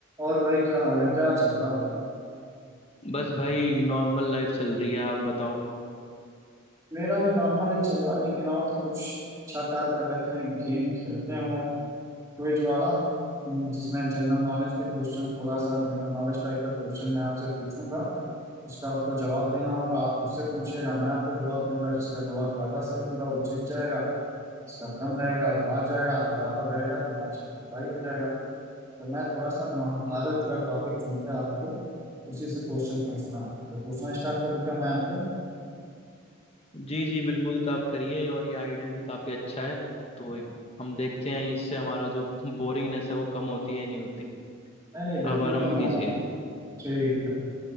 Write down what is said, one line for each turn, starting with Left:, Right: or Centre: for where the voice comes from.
Right: और भाई क्या हाल है क्या चल रहा
Left: बस भाई नॉर्मल लाइफ चल रही है आप बताओ
Right: मेरा भी नॉर्मल ही चल रहा लेकिन आओ तो कुछ अच्छा कार्य कर लेते हैं गेम खेलते हैं वो क्विज वाला हम्म, जिसमें जनरल नॉलेज के क्वेश्चन थोड़ा सा जनरल नॉलेज टाइप का क्वेश्चन मैं आपसे पूछूंगा उसका आपको जवाब देना होगा आप मुझसे पूछिएगा मैं आपको जवाब दूंगा जिसका जवाब ज्यादा सही होगा वो जीत जाएगा जिसका कम रहेगा वो हार जाएगा आप बराबर रहेगा तो मैच टाई हो जाएगा तो मैं थोड़ा सा महाभारत का टॉपिक चुन के आपको उसी से क्वेश्चन पूछता हूँ तो पूछना स्टार्ट करूँ क्या मैं आपको
Left: जी जी बिल्कुल आप करिए और ये आइडिया भी काफ़ी अच्छा है तो एक, हम देखते हैं इससे हमारा जो बोरिंगनेस है वो कम होती है या नहीं होती
Right: नहीं नहीं बिल्कुल
Left: आप आरंभ
Right: कम होगा
Left: कीजिए
Right: ठीक है